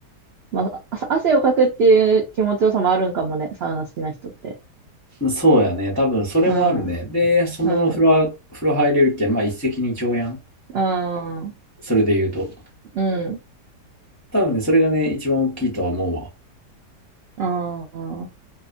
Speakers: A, on the right; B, on the left.
A: まあ、あ汗をかくっていう気持ちよさもあるんかもね、サウナ好きな人って。
B: うん。そうやね。多分それもあるね。
A: うん、
B: で、その風呂は、
A: うん、
B: 風呂入れるけん、まあ一石二鳥やん。
A: うん、
B: それで言うと。
A: うん、
B: 多分ね、それがね、一番大きいとは思うわ。
A: ああ、